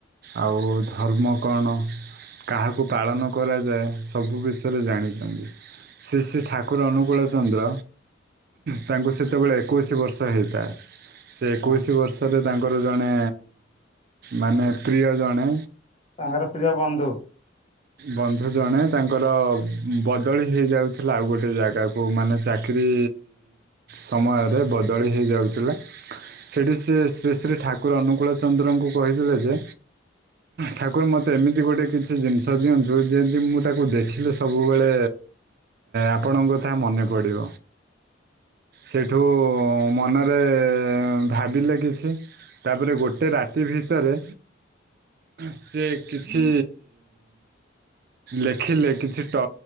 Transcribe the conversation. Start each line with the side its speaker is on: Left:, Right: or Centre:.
Right: ଆଉ ଧର୍ମ କଣ? କାହାକୁ ପାଳନ କରାଯାଏ ସବୁ ବିଷୟରେ ଜାଣିଛନ୍ତି ଶ୍ରୀ ଶ୍ରୀ ଠାକୁର ଅନୁ ଅନୁକୂଳ ଚନ୍ଦ୍ର ତାଙ୍କୁ ସେତେବେଳେ ଏକୋଇଶ ବର୍ଷ ହେଇଥାଏ, ସେ ଏକୋଇଶ
Left: ହଁ
Right: ବର୍ଷରେ ତାଙ୍କର ଜଣେ ମାନେ ପ୍ରିୟ ଜଣେ,
Left: ତାଙ୍କର ପ୍ରିୟ ବନ୍ଧୁ।
Right: ବନ୍ଧୁ ଜଣେ ତାଙ୍କର ବଦଳି ହେଇଯାଉଥିଲା ଆଉ ଗୋଟେ ଜାଗାକୁ। ଯଉ ମାନେ ଚାକିରୀ ସମୟରେ ବଦଳି ହେଇଯାଉଥିଲେ। ସେଠି ସେ ଶ୍ରୀ ଶ୍ରୀ ଠାକୁର ଅନୁକୂଳ ଚନ୍ଦ୍ରଙ୍କୁ କହିଥିଲେ ଯେ, ଠାକୁର ମୋତେ ଏମିତି ଗୋଟେ କିଛି ଜିନିଷ ଦିଅନ୍ତୁ ଯେମିତି ମୁଁ ତାକୁ ଦେଖିଲେ ସବୁବେଳେ ଆପଣଙ୍କ କଥା ମନେ ପଡିବ। ସେଇଠୁ ମନ ରେ ଭାବିଲେ କିଛି ତାପରେ ଗୋଟେ ରାତି ଭିତରେ ସେ କିଛି ଲେଖିଲେ କିଛି ଟ